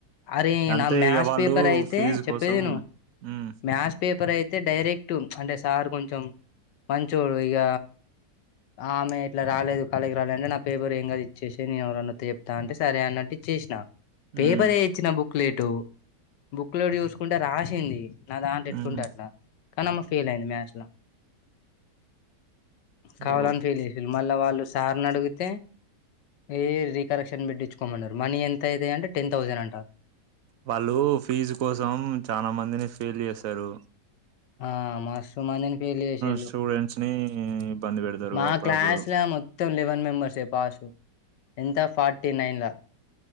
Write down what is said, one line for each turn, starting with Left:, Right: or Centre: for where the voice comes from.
Left: అరే
Right: అంతే
Left: నా మ్యాథ్స్
Right: ఇగ వాళ్ళు
Left: పేపర్ అయితే
Right: ఫీజు
Left: చెప్పేదిను
Right: కోసం హ్మ్
Left: మ్యాథ్స్ పేపర్ అయితే అయితే డైరెక్ట్ అంటే సార్ కొంచెం మంచోడు ఇక ఆమె ఇట్లా రాలేదు కాలేజీకి రాలేదు అంటే నా పేపర్ ఏం కాదు ఇచ్చేసేయ్ నేను ఎవరన్నత్తే చెప్తా అంటే సరే అన్నట్టు ఇచ్చేసిన
Right: హ్మ్
Left: పేపరే ఇచ్చిన బుక్ బుక్లెట్ బుక్ లో చూసుకుంట రాసింది నాదంట
Right: హ్మ్
Left: ఎట్టుంటే అట్లా దానమ్మ ఫెయిల్ అయింది మ్యాస్ లో కాావాలని
Right: ఓ
Left: ఫేల్ చేసిర్రు మల్లా వాళ్ళు సార్ని అడిగితే ఈ రీకరెక్షన్ బిడ్చ్చ పొమ్మన్నారు మనీ ఎంత అయితది అంటే టెన్థౌసండ్ అంట
Right: వాళ్ళు ఫీజు కోసం చాన మందిని ఫెయిల్ చేశారు
Left: ఆ మస్తు మందిని ఫీల్ చేసిళ్ళు
Right: స్టూడెంట్స్ ని ఇబ్బంది పెడతారు
Left: మా
Right: అప్పుడప్పుడు
Left: క్లాస్ల మొత్తం లెవెన్ మెంబర్స్ పాస్ ఎంత ఫార్టీ నైన్ జ